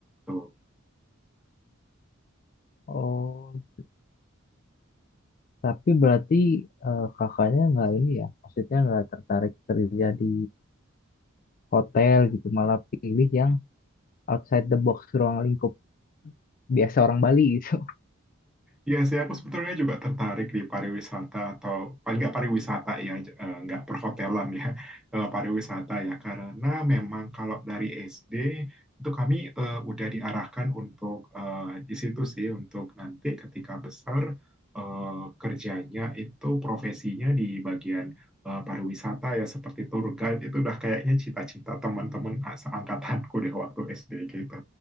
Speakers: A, in the centre; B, on the left.
A: Tuh.
B: Oh, tapi berarti eh, kakaknya nggak ini ya, maksudnya nggak tertarik kerja di hotel gitu, malah pilih yang outside the box ruang lingkup biasa orang Bali gitu.
A: Iya sih, aku sebetulnya juga tertarik di pariwisata atau paling nggak pariwisata ya, j- eh, nggak perhotelan ya, <laughs> eh, pariwisata ya. Karena memang kalau dari SD itu kami eh, udah diarahkan untuk eh, di situ sih, untuk nanti ketika besar eh, kerjanya itu profesinya di bagian eh, pariwisata ya, seperti tour guide itu udah kayaknya cita-cita teman-teman a- seangkatanku deh waktu SD gitu.